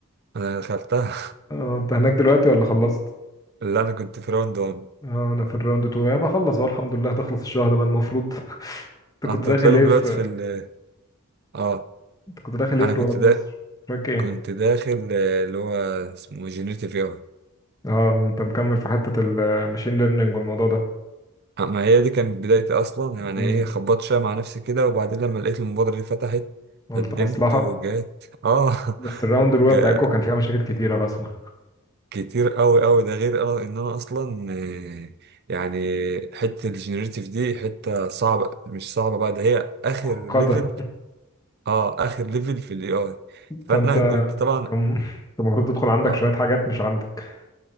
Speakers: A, on the right (about 45°); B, on the left (about 15°).
A: انا دخلتها
B: اه انت هناك دلوقتي ولا خلصت
A: <laughs> اللي انا كنت في راوند 1
B: اه انا في الراوند 2 يعني بخلص اهو الحمد لله هتخلص الشهر ده المفروض <laughs> انت
A: انتوا
B: كنت داخل
A: تلاقيهم
B: ايه
A: دلوقتي
B: في
A: في ال اه
B: انت كنت داخل ايه
A: انا
B: في
A: كنت
B: رواد
A: ده
B: مصر تراك ايه
A: كنت داخل آه، اللي هو اسمه جينيريتيف اي
B: اه انت مكمل في حته الماشين ليرنينج والموضوع ده
A: ما هي دي كانت بدايتي اصلا يعني
B: مم،
A: ايه خبطت شويه مع نفسي كده وبعدين لما لقيت المبادره دي فتحت
B: قلت
A: قدمت
B: مصلحه
A: وجات اه
B: بس
A: <laughs>
B: الراوند الاولى
A: جا
B: بتاعتكم كان فيها مشاكل كتيره بسمع
A: كتير قوي قوي ده غير اه ان انا اصلا آه، يعني حته الجينيريتيف دي حته صعبه مش صعبه بقى ده هي اخر
B: معقده
A: ليفل اه اخر ليفل في الاي اي فانا
B: فانت كان
A: كنت طبعا
B: كان المفروض تدخل عندك
A: آه
B: شويه حاجات مش عندك